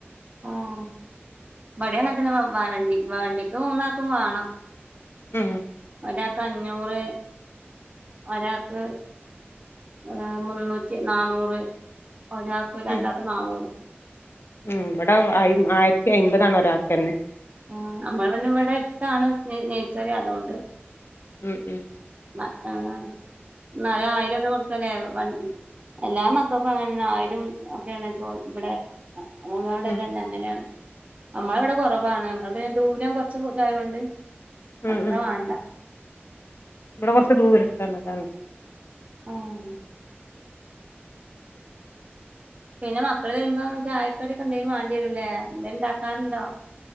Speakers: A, on the right; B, on the left.
A: ആഹ്, ഇവിടെയും അങ്ങനെ തന്നെ വണ്ടി വണ്ടിക്ക് മൂന്നാക്കും വേണം.
B: ഉം
A: ഒരാക്ക്, അഞ്ഞൂറ്. ഒരാക്ക് യെ, മുന്നൂറ്റി നന്നൂറ്, ഒരാക്ക്, രണ്ടാക്ക്
B: ഉം
A: നന്നൂറ്.
B: ഉം, ഇവടെ അയ് ആയിരത്തി അയ്മ്പതാണ്, ഒരാക്ക് തന്നെ.
A: ആഹ്, നമ്മുടെ പിന്നെ ഇവടെ എടുത്താണ് നെഴുസറി അതോണ്ട്.
B: ഉം ഉം
A: ആഹ്, ആഹ് എന്നാലും ആയിരോക്കെ കൊട്ക്കാ അല്ലേ വണ്ടി എല്ലാം മ അപ്പെക്കെ അങ്ങനെ ന്നേ ആയിരം ഒക്കെയാണ് ചോ ഇവടെ നമ്മുടെ
B: ഉം
A: തന്നെ അങ്ങനണ്. നമ്മള് ഇവടെ കൊറാവാണ്. നമ്മള് പിന്നെ ദൂരം കൊറച്ച് ഇത് ആയോണ്ട്
B: ഉം
A: അത്ര വേണ്ടാ.
B: ഇവടെ കൊറച്ച് ദൂരതാണ് അതാണ്.
A: ആഹ് പിന്നെ മക്കള് വെരുമ്പം ചായക്കാടിയൊക്കെ എന്തേലും വാണ്ടി വരൂല്ലേ എന്തേലുണ്ടാക്കാണ്ടോ